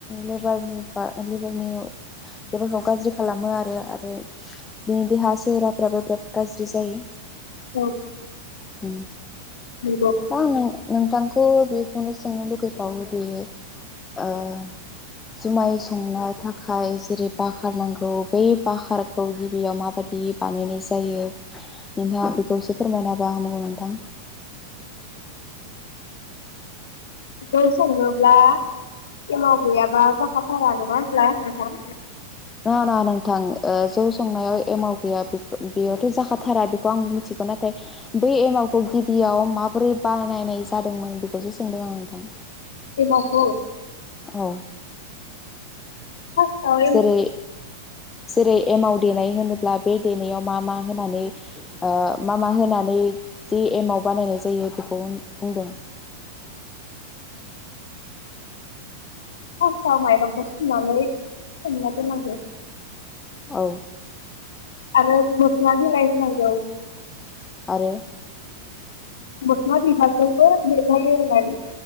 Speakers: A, on the left (about 15°); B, on the left (about 80°).
A: लेभारनि बा लेभारखौ गाज्रि खालामो आरो आरो बिनि देहा सेहेराफ्राबो बिराद गाज्रि जायो
B: औ।
A: म,
B: नंगौ
A: मा होनो नोंथांखौ थ बेखौनो सोंनो लुगैबावोदि ओ जुमाय संनो थाखाय जेरै बखारार नांगौ बै बाकारखौ गिबियाव माबादि बानायनाय जायो नोंथाङा बेखौसो फोरमायनाब होनामगौ नोंथां।
B: बेखौ सङोब्ला एमाव गैयाबा बाखााथारा नङा हब्ला नोंथां?
A: नङा नङा नोंथां जौ संनायाव एमाव गैया बेयावथ जाखाथारा बेखौ आंबो मिथिगौ नाथाय बै एमावखौ गिबियाव माबोरै बानायनाय जादोंमोन बेखौसो सोंदों आं नोंथां।
B: एमाव खौ
A: औ
B: फार्स्टआव
A: जेरै जेरै एमाव देनाय होनोब्ला बे देनायाव मा मा ओ होनानै मा मा होनानैदि एमाव बानायनाय जायो बेखौ बुंदों।
B: हासाव माइरंखौ सुनानै सोमला दोन नांगो
A: औ
B: आरो मसला <unintelligible>
A: आरो
B: मस्ला बिभागबो मेघायो होननानै।